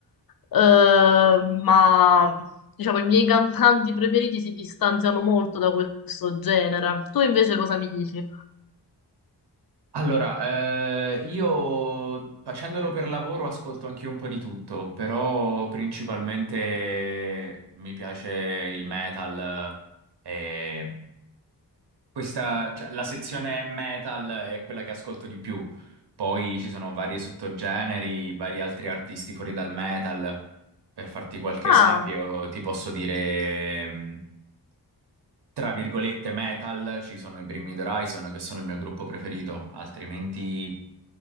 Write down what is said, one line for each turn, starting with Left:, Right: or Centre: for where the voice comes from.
Left: eh, ma diciamo i miei cantanti preferiti si distanziano molto da questo genere. Tu invece cosa mi dici?
Right: Allora, eh, io facendolo per lavoro ascolto anche un po' di tutto, però principalmente mi piace il metal, eh, e Questa, cioè, la sezione metal è quella che ascolto di più. Poi ci sono vari sottogeneri, vari altri artisti fuori dal metal. Per farti qualche
Left: Ah,
Right: Beh, esempio, ti posso dire, mh, tra virgolette, metal, ci sono i Bring Me The Horizon, che sono il mio gruppo preferito, altrimenti